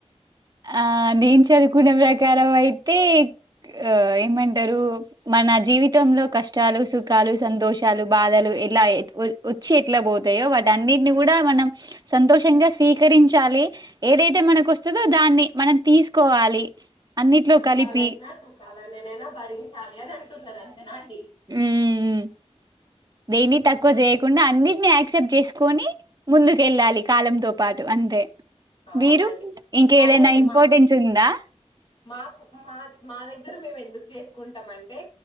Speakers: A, on the right; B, on the left.
A: ఆ నేను చదువుకున్న ప్రకారం అయితే ఆ ఏమంటారు మన జీవ జీవితంలో కష్టాలు సుఖాలు సంతోషాలు బాధలు ఎలా వచ్చి ఎట్లా పోతాయో వట్టల్ని అన్నిటిని కూడా మనం సంతోషంగా స్వీకరించాలి ఏదైతే అతే మనకు వస్తుందో దాన్ని మనం తీసుకోవాలి అన్నిట్లో
B: కష్టాలైనా
A: కలిపి
B: సుఖాలైనానైనా భరించాలి అని అంటున్నారు అంతనా అండి
A: ఉమ్ దేన్ని తక్కువ చేయకుండా అన్నిటిని యాక్సెప్ట్ చేసుకొని ముందుకుళ్ళాలి కాలంతో పాటు అ అదే
B: అవునండి
A: మీరు ఇంకేదైనా
B: అవునండి
A: ఇంపార్టెన్స్
B: మా
A: ఉందా
B: మాకు మా మా దగ్గర మేము ఎందుకు చేసుకుంటాం అంటే